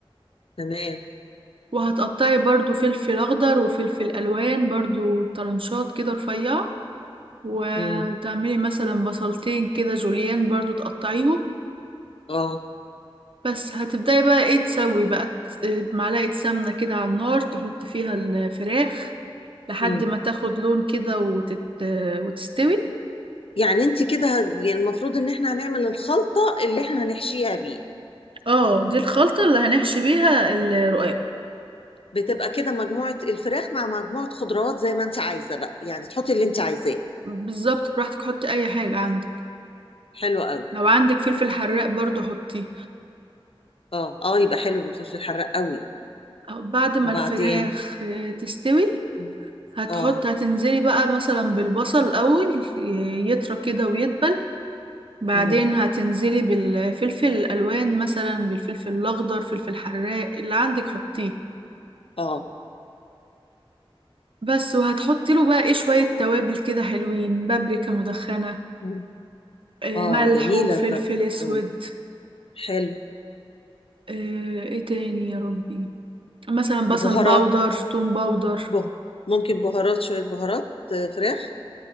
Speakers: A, on the left (about 75°); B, on the right (about 65°).
A: تمام
B: وهتقطعي برضو فلفل أخضر وفلفل ألوان برضو طرنشات كده رفيعة وتعملي
A: مم.
B: مثلا بصلتين كده جوليان برضو تقطعيهم
A: اه
B: بس هتبدأي بقى ايه تسوي بقى ت- معلقة سمنة كده على النار تحط فيها الفراخ لحد
A: مم.
B: ما تاخد لون كده وتت... وتستوي
A: يعني انت كده ه- يعني المفروض ان احنا هنعمل الخلطة اللي احنا هنحشيها بيه
B: اه دي الخلطة اللي هنحشي بيها الرقاق
A: بتبقى كده مجموعة الفراخ مع مجموعة خضروات زي ما انت عايزة بقى يعني تحطي اللي انت عايزاه
B: بالظبط براحتك حطي اي حاجة عندك
A: حلو قوي
B: لو عندك فلفل حراق برضو حطيه
A: اه اه يبقى حلو بالفلفل الحراق قوي
B: أو بعد ما
A: وبعدين
B: الفراخ آه، تستوي
A: مم.
B: هتحط
A: اه
B: هتنزلي بقى مثلا بالبصل الأول آه، يطرى كده ويدبل بعدين
A: مم.
B: هتنزلي بالفلفل الألوان مثلا بالفلفل الأخضر فلفل حراق اللي عندك حطيه
A: اه
B: بس وهتحطي له بقى ايه شوية توابل كده حلوين بابريكا مدخنة
A: مم.
B: آه،
A: اه
B: ملح
A: جميلة
B: وفلفل
A: البابريكا
B: أسود
A: مم. حلو
B: آه، ايه تاني يا ربي مثلا بصل
A: بهارات
B: باودر توم باودر
A: بهار ممكن بهارات شوية بهارات آه، فراخ